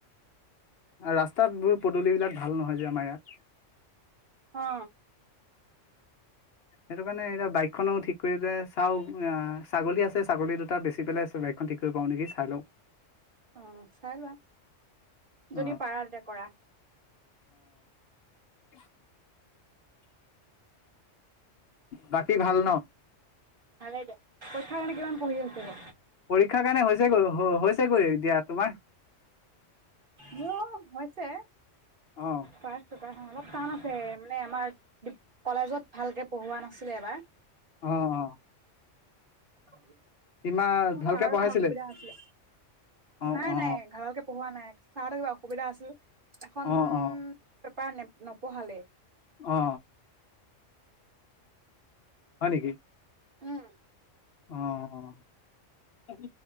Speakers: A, on the left (about 60°); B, on the right (about 45°).
A: ৰাস্তাবোৰ পদূলিবিলাক ভাল নহয় যে আমাৰ ইয়াত
B: অ
A: সেইটো কাৰণে এটা বাইক বাইকখনো ঠিক কৰি পেলাই চাওঁ ছাগলী আছে ছাগলী দুটা বেছি পেলাই বাইকখন ঠিক কৰিব পাৰোঁ নেকি চাই লওঁ
B: অ চাই লোৱা
A: অ
B: যদি পাৰা তেতিয়া কৰা
A: উম বাকী ভাল ন
B: ভালে দে পৰীক্ষা কাৰনে কিমান পঢ়ি আছ তই
A: পৰীক্ষাৰ কাৰণে হৈছেগৈ হৈছেগৈ দিয়া তোমাৰ
B: মোৰো হৈছে
A: অ
B: পাছ অলপ টান আছে মানে আমাৰ কলেজত ভালকে পঢ়োৱা নাছিলে এবাৰ
A: অ অ
B: হ
A: ইমান ভালকে
B: ছাৰৰ
A: পঢ়াইছিলে
B: কিবা অসুবিধা হৈছিলে
A: অ
B: নাই
A: অ
B: নাই ভালকে পঢ়োৱা নাই চাওতে কিবা অসুবিধা আছিল এখন
A: অ অ
B: তই নে নপঢ়ালে
A: অ হয় নেকি
B: উম
A: অ অ